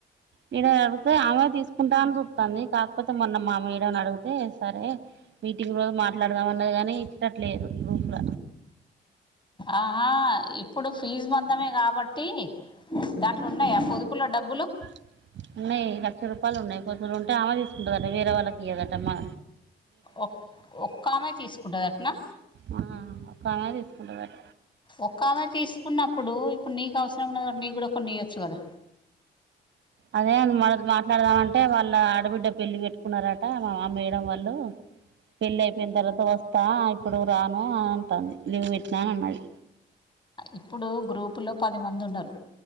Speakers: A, on the right (about 65°); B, on the left (about 25°).
A: లీడర్ అడిగుతే ఆమె తీసుకుంటా అని చూతంది కాకపోతే మొన్న మా మేడంను అడుగుతే సరే మీటింగ్ రోజు మాట్లాడుదాం అన్నది కాని ఇచ్చటట్లేదు గ్రూపుల
B: ఆహా ఇ ఇప్పుడు ఫీజు మందమే కాబట్టి దాంట్లో ఉన్నాయా పొదుపులో డబ్బులు
A: స ఉన్నాయి లక్ష రూపాయలు ఉన్నాయి కొద్లు ఉంటే అమె తీసుకుంటుందట వేరే వాళ్ళకి ఇయ్యదటమ్మా
B: ఒక్క ఒక్కమె తీసుకుంటది అట్నా
A: ఆ, ఒక ఆమె తీసుకుంటుందట
B: ఒక్క ఆమె తీసుకున్నప్పుడు ఇప్పుడు నీకు అవసరం ఉన్న నీకు కూడా కొన్ని ఇయొచ్చు కదా
A: అదే <unintelligible> మాట్లాడదామంటే వాళ్ళ ఆడబిడ్డ పెళ్ళి పెట్టుకున్నారట మా మా మేడం వాళ్ళు పెళ్లి అయిపోయిన తర్వాత వస్తా ఇప్పుడు రాను అంటంది లీవ్ పెట్టినా అన్నది
B: ఇప్పుడు గ్రూపు లో పది మంది ఉన్నారు